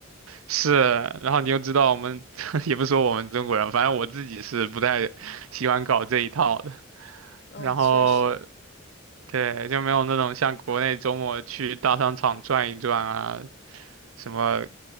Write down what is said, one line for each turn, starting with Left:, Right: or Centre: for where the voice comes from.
Right: 是，然后你又知道我们 <laughs> 也不说我们中国人，反正我自己是不太喜欢搞这一套的。
Left: 嗯，
Right: 然后
Left: 确实，
Right: 对，就没有那种像国内周末去大商场转一转啊，什么